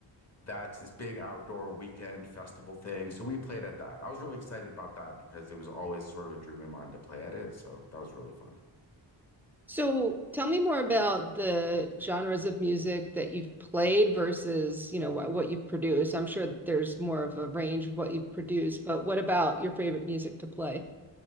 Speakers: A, on the left (about 35°); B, in the centre.
A: that's this big outdoor weekend festival thing. So we played at that. I was really excited about that because it was always sort of a dream of mine to play at it. So that was really fun.
B: So tell me more about the genres of music that you've played versus, you know, what, what you've produced. I'm sure there's more of a range of what you've produced, but what about your favorite music to play?